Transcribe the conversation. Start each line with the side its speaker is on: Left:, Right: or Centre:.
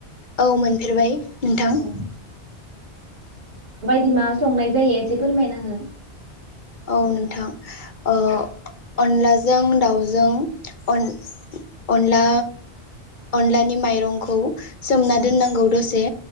Left: औ मोनफेरबाय नोंथां।
Right: औ दि मा संनाय जायो एसे फोरमायना हो।
Left: औ नोंथां ओ अनलाजों दाउजों अन अनला अनलानि माइरंखौ सोमना
Right: औ
Left: दोननांगौ दसे